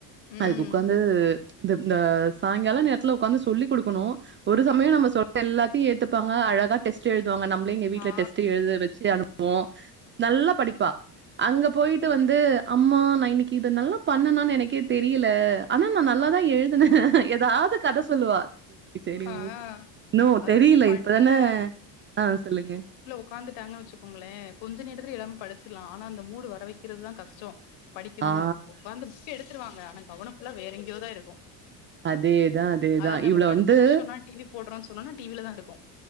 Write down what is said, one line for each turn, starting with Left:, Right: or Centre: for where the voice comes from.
Left: ம்
Right: அதுக்கு உட்காந்து இந்த இந்த சாய்ங்கால நேரத்துல உக்காந்து சொல்லி குடுக்கணு ஒரு சமயம் நம்ம சொல்ற எல்லாத்தையு ஏத்துப்பாங்க அழகா டெஸ்ட் எழுதுவாங்க நம்ம பிள்ளைங்க வீட்ல
Left: ஆ
Right: டெஸ்ட்டு எழுத வச்சி அனுப் புவோ நல்லா படிப்பா அங்க போயிட்டு வந்து அம்மா இன்னைக்கி இது நல்லா பண்ணனு எனக்கே தெரியல ஆனா நா நல்லா தா எழுதுன ஏதாவ்து கத சொல்லுவா செரி செரி
Left: ஆ
Right: ஓக இன்னு
Left: அதாவது
Right: தெரில
Left: படிக்கிற
Right: இப்பதான ஆ சொல்லுங்க
Left: உட்காந்துட்டாங்கன்னு வச்சுக்கோங்ளே கொஞ்ச நேரத்துல எல்லாமே படிச்சிர்லா ஆனா அந்த மூடு வரவைக்கிறதுதா கஷ்டோ படிக்கணுன்னு
Right: ஆ
Left: உட்காந்து புக்க எடுத்துருவாங்க ஆனா கவன ஃபுல்லா வேற எங்கியோதா இருக்கு
Right: அதேதா அதேதா
Left: அதாவது நம்ம
Right: இவ்ளோ
Left: படிச்சு
Right: வந்து
Left: முடிச்சோனா டிவி போட்றோன் சொன்னுன்னா டிவில தா இருக்கு